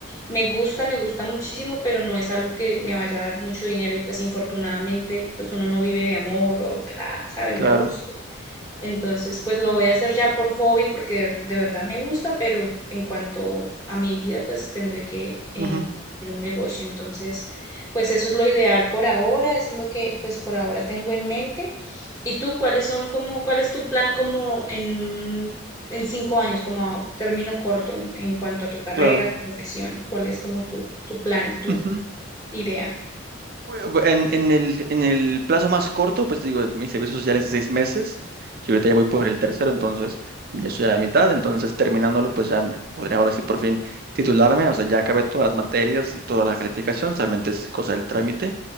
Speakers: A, on the left; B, on the right.
A: me gusta, me gusta muchísimo, pero no es algo que me vaya a dar mucho dinero y pues infortunadamente pues uno no vive de amor o de la, sabes,
B: claro,
A: de gusto. Entonces, pues lo voy a hacer ya por hobby porque de verdad me gusta, pero en cuanto a mi vida, pues tendré que eh,
B: ujú,
A: ir a un negocio. Entonces, pues eso es lo ideal por ahora, eso es lo que pues por ahora tengo en mente. ¿Y tú cuáles son como, cuál es tu plan como en, en cinco años, como a término corto en en cuanto a tu carrera,
B: claro.
A: tu profesión? ¿Cuál es como tu, tu plan, tu
B: <laughs>
A: idea?
B: Bueno, pues, En, en el, en el plazo más corto, pues te digo, mi servicio social es de seis meses, yo ahorita ya voy por el tercero, entonces ya estoy a la mitad, entonces terminándolo, pues ya me- podría ahora sí por fin titularme, o sea, ya acabé todas las materias y toda la calificación, solamente es cosa del trámite,